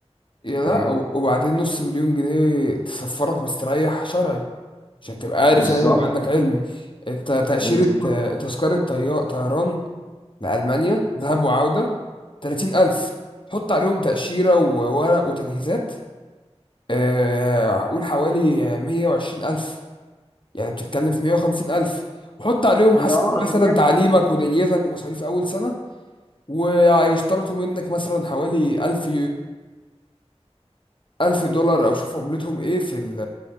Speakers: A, on the left; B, on the left.
A: يا لا
B: فاهم
A: وبعدين نص مليون جنيه تسفرك مستريح شرعي عشان تبقى عارف
B: بالظبط
A: يعني يبقى عندك علم انت تأشيرة
B: <laughs> بالظبط.
A: آه، تذكرة طيا- طيران لألمانيا ذهاب وعودة 30000 حط عليهم تأشيرة وورق وتجهيزات آه، قول حوالي 120000 يعني بتتكلم في 150000 وحط عليهم
B: اه
A: حسب مثلا
B: تمام
A: تعليمك ودنيتك ومصاريف أول سنة وهيشترطوا منك مثلا حوالي 1000 1000 دولار او شوف عملتهم ايه في ال